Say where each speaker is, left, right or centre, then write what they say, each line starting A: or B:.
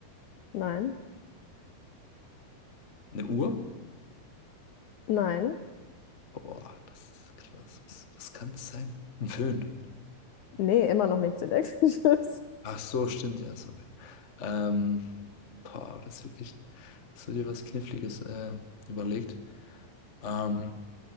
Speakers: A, on the left (about 70°); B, on the left (about 50°).
A: nein,
B: Eine Uhr?
A: nein.
B: Boah, das ist krass. Was, was kann es sein? Ein Föhn.
A: Nee, immer noch nichts Elektrisches.
B: Ach so, stimmt, ja, sorry. Ähm, boah, das ist wirklich, hast du dir was Kniffliges äh, überlegt? Ähm,